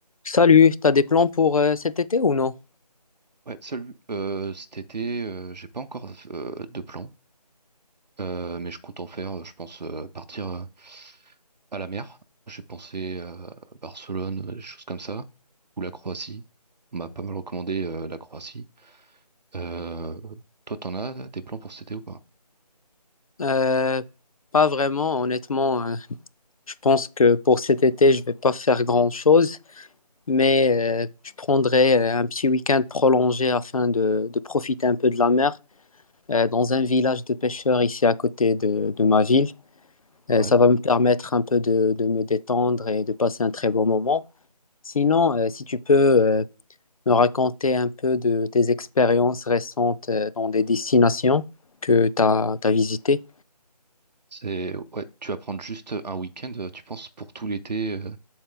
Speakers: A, on the left; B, on the right.
A: Salut, t'as des plans pour euh, cet été ou non?
B: Ouais, salut. Euh, cet été, euh, j'ai pas encore euh, de plan, euh, mais je compte en faire. euh, Je pense euh, partir euh, à la mer. J'ai pensé euh, à Barcelone, euh, des choses comme ça, ou la Croatie. On m'a pas mal recommandé euh, la Croatie. Euh, toi, t'en as là, des plans pour cet été ou pas?
A: Euh, pas vraiment, honnêtement. euh, je pense que pour cet été, je vais pas faire grand-chose, mais euh, je prendrai euh, un petit week-end prolongé afin de, de profiter un peu de la mer euh, dans un village de pêcheurs ici à côté de, de ma ville. Euh,
B: Ouais.
A: ça va me permettre un peu de, de me détendre et de passer un très bon moment. Sinon, euh, si tu peux, euh, me raconter un peu de tes expériences récentes euh, dans des destinations que tu as, visitées?
B: C'est ouais. Tu vas prendre juste un week-end, euh, tu penses, pour tout l'été, euh,